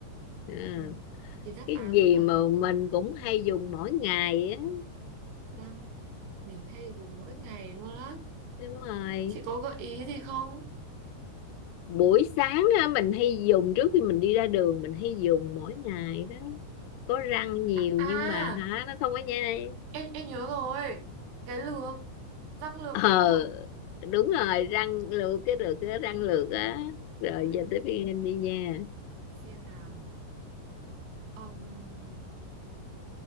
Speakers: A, on the left; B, on the right.
A: À,
B: Ừ. Thì đáp
A: cái
B: án
A: gì
B: là
A: mà
B: ừ,
A: mình cũng hay dùng mỗi ngày á
B: răng mình hay dùng mỗi ngày luôn á.
A: đúng rồi
B: Chị có gợi ý gì không?
A: buổi sáng á mình hay dùng trước khi mình đi ra đường mình hay dùng mỗi ngày đó có răng nhiều
B: À,
A: nhưng mà hả nó không có nhai
B: em em nhớ rồi. Cái lược, răng lược
A: ờ
B: đúng không?
A: đúng rồi răng lược cái được cái răng lược á rồi
B: Trời
A: giờ
B: ơi,
A: tới phiên em đi nha
B: để xem nào. Ừm,